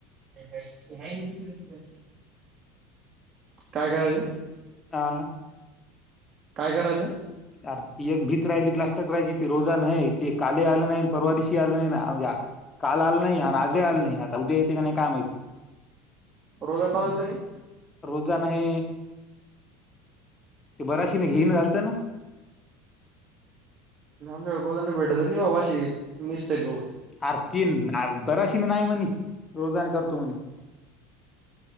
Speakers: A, on the right; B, on the left.
A: <inaudible> काय करायचं?
B: हा
A: काय करायचं?
B: अर ती एक भीत राहिली प्लास्टिक राहायची ते रोजा नाही ते काले आलं नाही परवाारीशी आलं नाही म्हणजे. काल आलं नाही आणि आजही आलं नाही आता उद्या येते का नाही काय माहि
A: रोजा लाव देती
B: रोजा नाही ते बराशी नाही घेन घालत ना.
A: आमच्या बांना भेटत बा वाशी मिस्तरी लो
B: आरती बराशी नाही म्हणे रोजान करतो म्हणे..